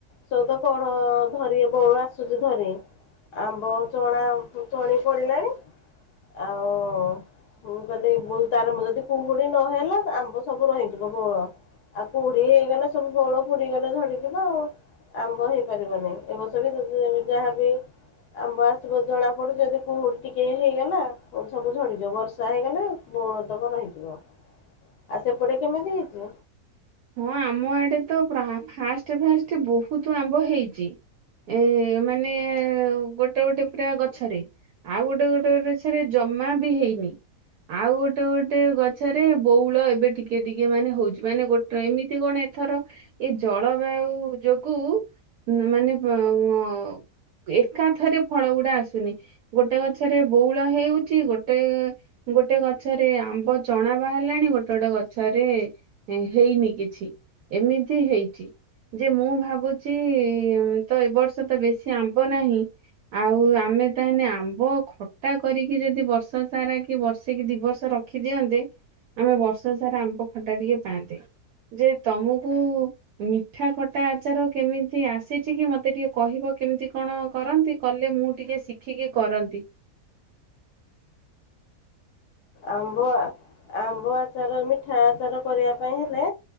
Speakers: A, on the left; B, on the right.
A: ସବୁ ତ କଢ ଧରି ବଉଳ ଆସୁଛି ଧରି, ଆମ୍ବ ଚଣା ଚଣି ପଡିଲାଣି ଆଉ ମୁଁ କହିଲି ତାର ଯଦି କୁହୁଡି ନହେଲା ଆମ୍ବ ସବୁ ରହିଯିବ ବଉଳ ଆଉ କୁହୁଡି ହେଇଗଲେ ସବୁ ବଉଳ ବୁଡିଗଲେ ଝଡିଯିବ, ଆଉ ଆମ୍ବ ହେଇପାରିବନି ଏ ବର୍ଷ ବି ଯାହା ବିି ଆମ୍ବ ଆସିବ ଜଣା ପଡୁ ଯଦି କୁହୁଡି ଟିକେ ହେଇଗଲା ସବୁ ଝଡିଯିବ ବର୍ଷା ହେଇଗଲେ ବଉଳତକ ରହିଯିବ ଆଉ ସେପଟେ କେମିତି ହେଇଛି?
B: ହଁ ଆମ ଆଡେ ତ ଫାଷ୍ଟ ଫାଷ୍ଟ ବହୁତ ଆମ୍ବ ହେଇଚି, ଏ ମାନେ ଗୋଟେ ଗୋଟେ ପୁରା ଗଛରେ ଆଉ ଗୋଟେ ଗୋଟେ ଗଛରେ ଜମା ବି ହେଇନି, ଆଉ ଗୋଟେ ଗୋଟେ ଗଛରେ ବଉଳ ଏବେ ଟିକେ ଟିକେ ମାନେ ହଉଚି ମାନେ ଗୋଟେ ତ ଏମିତି କଣ ଏଥର ଏଇ ଜଳବାୟୁ ଯୋଗୁ ମାନେ ଅଁ ଅ ଏକାଥରେ ଫଳ ଗୁଡା ଆସୁନି, ଗୋଟେ ଗଛରେ ବଉଳ ହେଉଚି, ଗୋଟେ ଗୋଟେ ଗଛରେ ଆମ୍ବ ଚଣା ବାହାରିଲାଣି ଗୋଟେ ଗୋଟେ ଗଛରେ ହେଇନି କିଛି, ଏମିତି ହେଇଛି ଯେ ମୁଁ ଭାବୁଚି ତ ଏବ ବର୍ଷ ତ ବେଶୀ ଆମ୍ବ ନାହିଁ ଆଉ ଆମେ ତାହେଲେ ଆମ୍ବ ଖଟା କରିକି ଯଦି ବର୍ଷ ସାରା କି ବର୍ଷେକି ଦି ବର୍ଷ ରଖିଦିଅନ୍ତେ ଆମେ ବର୍ଷ ସାରା ଆମ୍ବ ଖଟା ଟିକେ ପାଆନ୍ତେ। ଯେ ତମକୁ ମିଠା ଖଟା ଆଚାର କେମିତି ଆସିଛି କି ମତେ ଟିକେ କହିବ କେମିତି କଣ କରନ୍ତି କଲେ ମୁଁ ଟିକେ ଶିଖିକି କରନ୍ତି।
A: ଆମ୍ବ ଆମ୍ବ ଆଚାର ମିଠା ଆଚାର କରିବା ପାଇଁ ହେଲେ